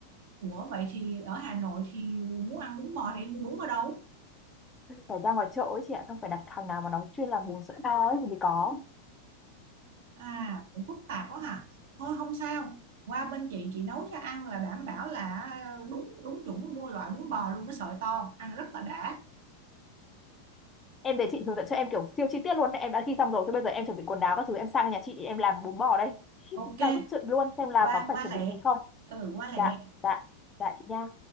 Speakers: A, on the right (about 55°); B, on the left (about 20°).
A: Ủa, vậy thì ở Hà Nội thì muốn ăn bún bò thì em mua bún ở đâu?
B: Phải ra ngoài chợ ấy chị ạ, không phải đặt hàng nào mà nó chuyên làm bún sợi to ấy thì mới có.
A: À, cũng phức tạp quá hả? Thôi không sao, qua bên chị chị nấu cho ăn là đảm bảo là đúng đúng chuẩn mua loại bún bò luôn cái sợi to, ăn rất là đã.
B: Em để chị hướng dẫn cho em kiểu siêu chi tiết luôn, đấy, em đã ghi xong rồi, thế bây giờ em chuẩn bị quần áo các thứ, em sang nhà chị em làm bún bò đây. <laughs>
A: Ok,
B: Vào giúp chị luôn xem là
A: qua
B: có phải
A: qua
B: chuẩn
A: lẹ.
B: bị gì không.
A: Ừ, qua lẹ.
B: Dạ, dạ, dạ chị nha.